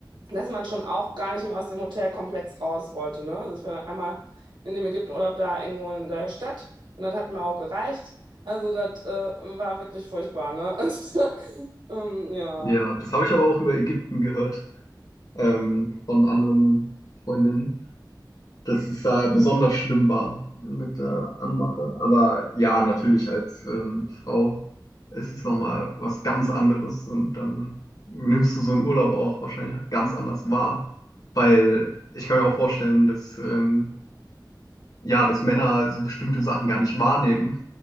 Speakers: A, on the right; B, on the left.
A: dass man schon auch gar nicht mehr aus dem Hotelkomplex raus wollte, ne? Also ich war dann einmal in dem Ägyptenurlaub da irgendwo in der Stadt und das hat mir auch gereicht. Also das äh, war wirklich furchtbar, ne? <laughs> Und, ähm, ja,
B: ja, das habe ich aber auch über Ägypten gehört, ähm, von anderen Freundinnen. dass es da besonders schlimm war mit der Anmache. Aber ja, natürlich als ähm, Frau ist es nochmal was ganz anderes und dann nimmst du so einen Urlaub auch wahrscheinlich ganz anders wahr, weil ich kann mir auch vorstellen, dass ähm, ja, dass Männer so bestimmte Sachen gar nicht wahrnehmen,